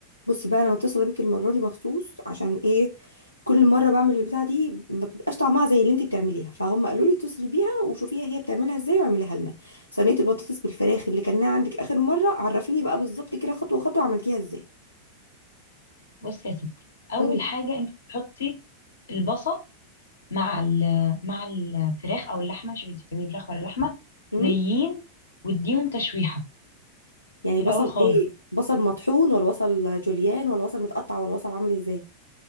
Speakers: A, on the left; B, on the left.
A: بصي بقى انا متصله بيك المره دي مخصوص عشان ايه كل مره بعمل البتاعه دي ما بتبقاش طعمها زي اللي انت بتعمليها فهم قالوا لي اتصلي بيها وشوفيها هي بتعملها ازاي واعمليها لنا صينيه البطاطس بالفراخ اللي كلناها عندك اخر مره عرفيني بقى بالظبط كده خطوه خطوه عملتيها ازاي
B: بص يا ستي اول
A: امم
B: حاجه انت تحطي البصل مع ال مع الفراخ او اللحمه شوفي انت بتعملي فراخ ولا لحمه
A: امم
B: نيين واديهم تشويحه
A: يعني
B: في
A: بصل
B: الاول خالص
A: ايه بصل مطحون ولا بصل جوليان ولا بصل متقطع ولا بصل عامل ازاي